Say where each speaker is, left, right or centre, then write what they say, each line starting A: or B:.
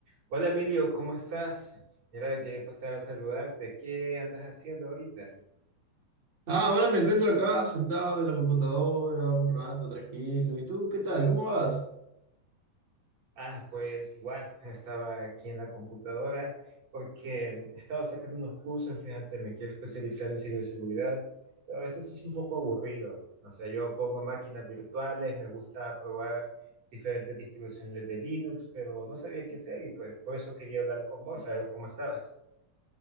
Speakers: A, on the right; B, on the right.
A: Hola Emilio, ¿cómo estás? Mira, quería pasar a saludarte. ¿Qué andas haciendo ahorita?
B: Ah, ahora me encuentro acá sentado en la computadora un rato tranquilo. ¿Y tú qué tal? ¿Cómo vas?
A: Ah, pues igual, estaba aquí en la computadora porque estaba sacando unos cursos, fíjate, me quiero especializar en ciberseguridad, pero a veces es un poco aburrido. O sea, yo pongo máquinas virtuales, me gusta probar diferentes distribuciones de Linux, pero no sabía qué hacer y pues por eso quería hablar con vos, a ver cómo estabas.